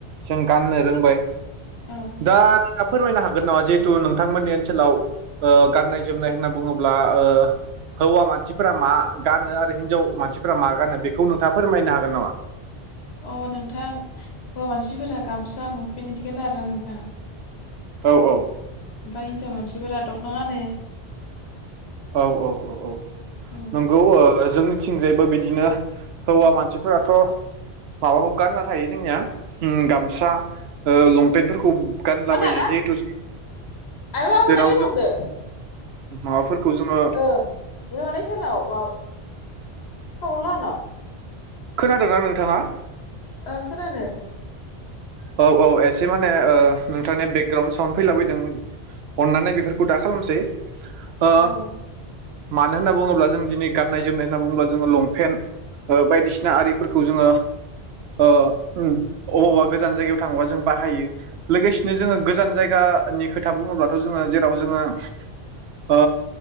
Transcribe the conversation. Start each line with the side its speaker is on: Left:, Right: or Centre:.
Right: जों गाननो रोंबाय।
Left: औ
Right: दा फोरमायनो हागोन नामा जिहेथु नोंथांमोननि ओनसोलाव गाननाय ओ जोमनाय होनना बुङोब्ला ओ हौवा मानसिफोरा मा गानो आरो हिनजाव मानसिफोरा मा गानो बेखौ नोंथाङा फोरमायनो हागोन नामा?
Left: अह नोंथां हौवा मानसिफोरा गामसा लंपेन्ट बिदि गानो आरोना नोंथां।
Right: औ-औ
Left: ओमफ्राय हिन्जाव मानसिफोरा दख'ना गानो।
Right: औ औ औ औ
Left: उम
Right: नों गौ ओ जोंनिथिंजायबो बिदिनो हौवा मानसिफोराथ' माबाखौ गानना थायो जोंनिया उम गामसा ओ लंपेन्टफोरखौ गानलाबायो
Left: मा होनदो आदा
Right: जिहेथु
Left: आइ बाबा
Right: जेराव
Left: मोना ऐयाव थांदों
Right: जों माबाफोरखौ जोङो
Left: ओ औ <unintelligible>
Right: खोनादोंना नोंथाङा?
Left: ओं खोनादो।
Right: औ औ एसे माने ओ नोंथांनि बेकग्राावउन्ड साउन्ड फैलाबायदों अननानै बेफोरखौ दा खालामसै ओ
Left: औ
Right: मानो होनना बुङोब्ला जों दिनै गाननाय जोमनाय होनना बुङोब्ला जोङो लंफेन्ट ओ बायदिसिना आरिफोरखौ जोङो ओ उम अबावबा गोजान जायगायाव थाङोबा जों बाहायो। लोगोसेनो जोङो गोजान जायगानि खोथा बुङोब्लाथ' जोङो जेराव जोङो ओ